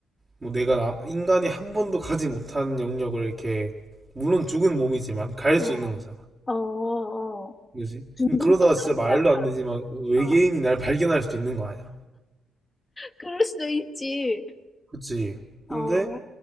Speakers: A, on the right; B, on the left.
A: 뭐 내가 남- 인간이 한 번도 가지 못한 영역을 이렇게 물론 죽은 몸이지만 갈
B: 어.
A: 수 있는 거잖아.
B: 어어어.
A: 그지?
B: 둥둥
A: 그러다가
B: 떠다니다가
A: 진짜 말도 안 되지만 외계인이
B: 어.
A: 날 발견할 수도 있는 거 아니야.
B: 그럴 수도 있지.
A: 그치?
B: 어.
A: 근데
B: 어.